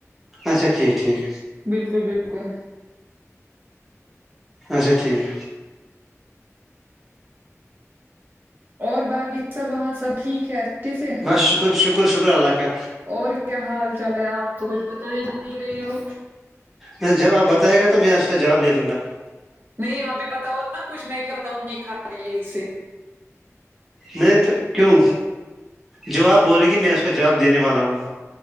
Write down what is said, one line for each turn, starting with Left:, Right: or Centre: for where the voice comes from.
Centre: اچھا ٹھیک ٹھیک
Right: بالکل بالکل
Centre: اچھا ٹھیک
Right: اور باقی سب وہاں سب ٹھیک ہے اچھے سے
Centre: بس شکر شکر شکر اللہ کا
Right: اور کیا حال چال ہے آپ تو کچھ بتا ہی نہیں رہی ہو
Centre: نہیں جب آپ بتائے گا تو میں اس کا جواب دے دوں گا
Right: نہیں ابھی بتاؤ نا کچھ میں کیا بتاؤں گی خال لی ہی سے
Centre: نہیں تو کیوں جو آپ بولے گی میں اس کا جواب دینے والا ہوں